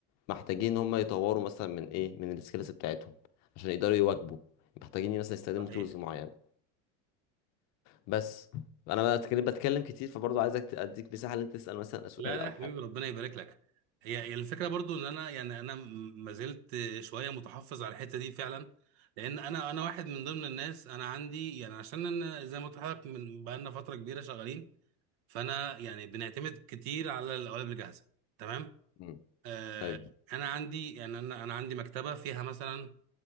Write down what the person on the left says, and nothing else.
محتاجين ان هم يطوروا مثلا من ايه من السكيلز بتاعتهم عشان يقدروا يواكبوا محتاجين مثلا يستخدموا
تولز معينه بس انا بقى بتكلم بتكلم كتير فبرضه عايزك ت- اديك مساحه ان انت تسال مثلا سؤال
او
حاجه
مم.
طيب